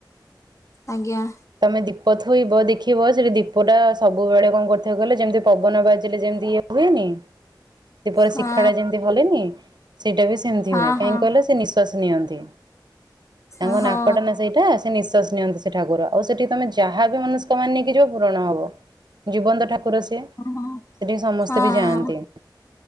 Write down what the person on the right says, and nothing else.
ତୋମେ ଦୀପ ଥୋଇବ ଦେଖିବ ସେଠି ଦୀପ ଟା ସବୁବେଳେ କଣ କରିଥାଏ କହିଲ ଯେମିତି ପବନ ବାଜିଲେ ଯେମିତି ଇଏ ହୁଏନି ଦୀପ
ଶିକ୍ଷା ଟା ଯେମିତି ହଲେନି ସେଇଟା ବି ସେମିତି
ହୁଏ କାହିଁକି
କହିଲେ ସେ ନିଶ୍ୱାସ ନିଅନ୍ତି ତାଙ୍କ
ନାକଟ ନା ସେଇଟା। ହଁ ସେ ନିଶ୍ଵାସ ନିଅନ୍ତି ସେ ଠାକୁର ଆଉ ସେଠି ତୋମେ ଯାହା ବି ମନସ୍କାମନା ନେଇକି ଯିବ ପୂରଣ ହବ। ଜୀବନ୍ତ ଠାକୁର ସିଏ
ସେଠିକି ସମସ୍ତେ
ବି ଯାଆନ୍ତି।